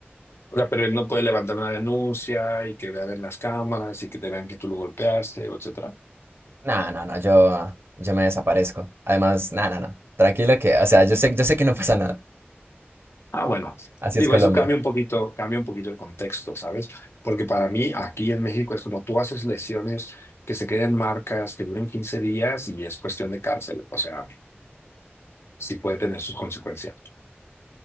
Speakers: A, on the left; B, on the right.
A: O sea, pero él no puede levantar una denuncia y que vean en las cámaras y que te vean que tú lo golpeaste, etcétera.
B: No, no, no, yo, yo me desaparezco. Además, no, no, no, tranquilo que, o sea, yo sé, yo sé que no pasa nada.
A: Ah, bueno,
B: Así
A: digo,
B: es Colombia.
A: eso cambia un poquito, cambia un poquito el contexto, ¿sabes? Porque para mí aquí en México es como tú haces lesiones que se queden marcas, que duren 15 días y es cuestión de cárcel, o sea, sí puede tener sus consecuencias.